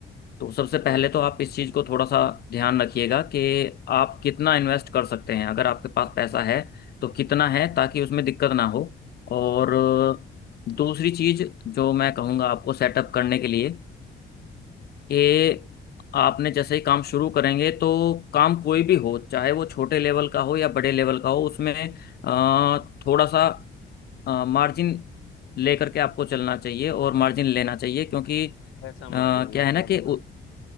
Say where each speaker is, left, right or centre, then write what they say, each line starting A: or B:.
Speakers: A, on the left (about 55°); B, on the left (about 85°).
A: तो सबसे पहले
B: हाँ
A: तो आप इस चीज़ को थोड़ा सा ध्यान रखिएगा कि आप कितना इन्वेस्ट कर सकते हैं अगर आपके पास पैसा है तो कितना है ताकि उसमें दिक्कत ना हो और दूसरी चीज़ जो मैं कहूँगा आपको सेटअप करने के लिए कि आपने जैसे ही काम शुरू करेंगे तो काम कोई भी हो चाहे वो छोटे लेवल का हो या बड़े लेवल का हो उसमें अ, थोड़ा सा मार्जिन लेकर के आपको चलना चाहिए और मार्जिन लेना चाहिए क्योंकि अ,
B: पैसा
A: क्या
B: मार्जिन मतलब
A: है ना कि उ-
B: मैं